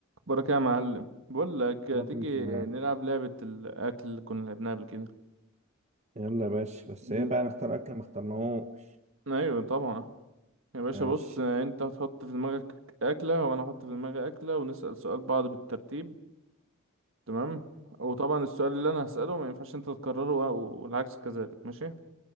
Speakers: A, on the right; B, on the right.
A: بركة يا معلم بقول لك
B: انا كنت
A: تيجي
B: معاك
A: نلعب لعبة الأكل اللي كنا لعبناها قبل كده
B: يلا يا باشا بس
A: ب-
B: ايه بقى نختار اكل ما اخترناهوش
A: أيوة طبعا يا باشا
B: ماشي
A: بص أنت هتحط في دماغك أكلة وأنا هحط في دماغي أكلة ونسأل سؤال بعض بالترتيب تمام وطبعا السؤال اللي أنا هسأله ما ينفعش أنت تكرره و- والعكس كذلك ماشي